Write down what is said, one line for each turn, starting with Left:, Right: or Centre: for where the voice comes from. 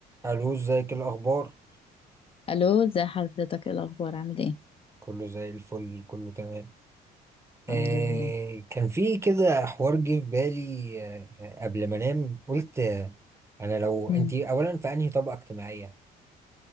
Right: الو ازيك إيه الاخبار
Left: الو ازي حضرتك ايه الاخبار عامل ايه
Right: كله زي الفل كله تمام
Left: الحمد
Right: آه
Left: لله
Right: كان في كده حوار جه في بالي آه آه، قبل ما انام قلت آه انا لو
Left: مم.
Right: انت اولا في انهي طبقه اجتماعيه